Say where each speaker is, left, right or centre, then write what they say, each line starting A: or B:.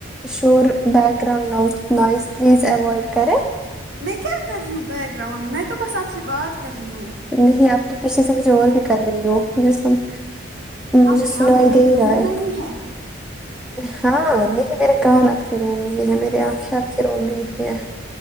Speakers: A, in the centre; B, on the right.
A: شور بیک گراؤنڈ نہ نوائز پلیز اوائڈ کریں
B: میں کیا کر رہی ہوں بیک گراؤنڈ میں تو بس آپ سے بات کر رہی ہوں
A: نہیں آپ تو پیچھے سے کچھ اور بھی کر رہی ہو مجھے سم ہوں مجھے
B: آپ کی
A: سنائی
B: آنکھیں میرے
A: دے رہا
B: روم
A: ہے
B: میں بھی
A: ہاں نہیں میں نے کہا نا آپ کے رو میں نہیں ہے میرے انکھیں آپ کے رو میں نہیں ہے